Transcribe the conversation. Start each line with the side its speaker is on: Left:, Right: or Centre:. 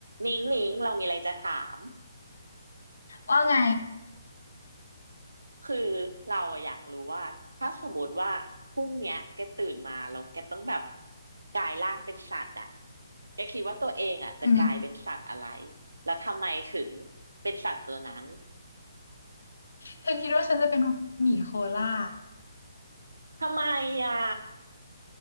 Right: นิ้งนิ้งเรามีอะไรจะถาม
Left: ว่าไง
Right: คือเราอะอยากรู้ว่าถ้าสมมติว่าพรุ่งเนี้ยแกตื่นมาแล้วแกต้องแบบกลายร่างเป็นสัตว์อะแกคิดว่าตัวเองอะจะกลายเป็นสัตว์อะไร
Left: อืม
Right: แล้วทำไมถึงเป็นสัตว์ตัวนั้น
Left: เธอคิดว่าฉันจะเป็นหมีโคล่า
Right: ทำไมอะ